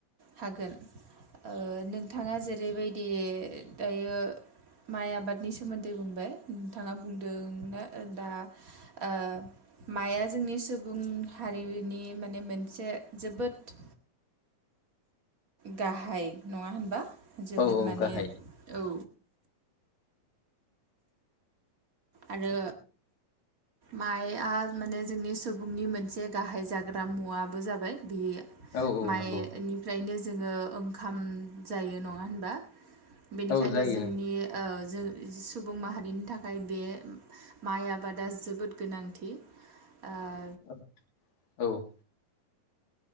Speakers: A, on the right; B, on the left.
A: हागोन ओ नोंथाङा जेरैबायदि दायो माइ आबादनि सोमोन्दै बुंबाय नोंथाङा बुंदोंना दा ओ माइआ जोंनि सुबुं हारिनि नि माने मोनसे जोबोद गाहाय नङा होनबा जोबोद
B: औ औ
A: माने
B: गाहाय
A: औ आरो माइआ माने जोंनि सुबुंनि मोनसे गाहाय जाग्रा मुवाबो जाबाय बे
B: औ औ
A: माइनिफ्रायनो
B: नंगौ
A: जोङो ओंखाम जायो नङा होनबा। बेनिखायनो
B: औ जायो
A: जोंनि
B: नों
A: ओ जों सुबुं माहारिनि थाखाय बे माइ आबादा जोबोद गोनांथि ओ
B: <unintelligible> औ।